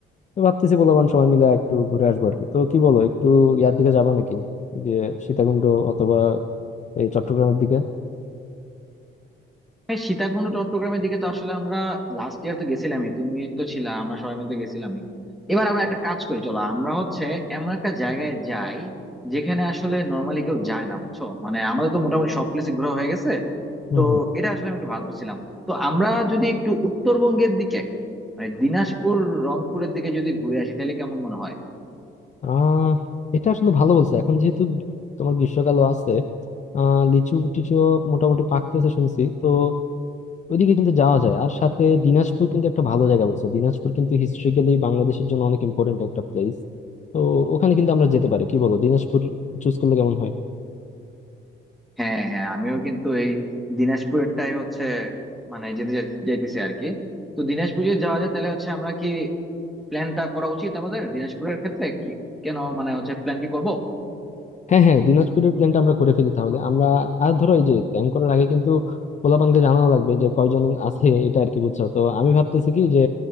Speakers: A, on the left; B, in the centre.
A: তো ভাবতেছি বলবান সবাই মিলে একটু ঘুরে আসবো আর কি তো কি বলো একটু ইয়ার দিকে যাবা নাকি যে সীতাকুণ্ড অথবা এই চট্টগ্রামের দিকে
B: হ্যাঁ সীতাকুণ্ড চট্টগ্রামের দিকে তো আসলে আমরা লাস্ট ইয়ার তো গেছিলামই তুমি তো ছিলা আমরা সবাই মিলে তো গেছিলামই এবার আমরা একটা কাজ করি চলো আমরা হচ্ছে এমন একটা জায়গায় যাই যেখানে আসলে নর্মালি কেউ যায় না বুঝছো মানে আমাদের তো মোটামুটি সব প্লেসে ঘোরা হয়ে গেছে
A: হম
B: তো
A: হম
B: এটা আসলে আমি একটু ভাবছিলাম তো আমরা যদি একটু উত্তরবঙ্গের দিকে মানে দিনাজপুর রংপুরের দিকে যদি ঘুরে আসি তাহলে কেমন মনে হয়
A: আহ এটা আসলে ভালো বলছো এখন যেহেতু তোমার গ্রীষ্মকালও আছে আহ লিচু টিচু মোটামুটি পাকতেছে শুনছি তো ওইদিকে কিন্তু যাওয়া যায় আর সাথে দিনাজপুর কিন্তু একটা ভালো জায়গা বলছো দিনাজপুর কিন্তু হিস্ট্রিক্যালি বাংলাদেশের জন্য অনেক ইম্পর্টেন্ট একটা প্লেস তো ওখানে কিন্তু আমরা যেতে পারি কি বলো দিনাজপুর চুজ করলে কেমন হয়
B: হ্যাঁ হ্যাঁ আমিও কিন্তু এই দিনাজপুরেরটাই হচ্ছে মানে যেতে যাই- যাইতেছি আর কি তো দিনাজপুর যদি যাওয়া যায় তাহলে হচ্ছে আমরা কি প্ল্যানটা করা উচিত আমাদের দিনাজপুরের ক্ষেত্রে কি কেন মানে হচ্ছে প্ল্যান কি করবো
A: হ্যাঁ হ্যাঁ দিনাজপুরের প্ল্যানটা আমরা করে ফেলি তাহলে আমরা আর ধরো এই যে প্ল্যান করার আগে কিন্তু পোলাপানকে জানানো লাগবে যে কয়জন আছে এটা আর কি বুঝছো তো আমি ভাবতেছি কি যে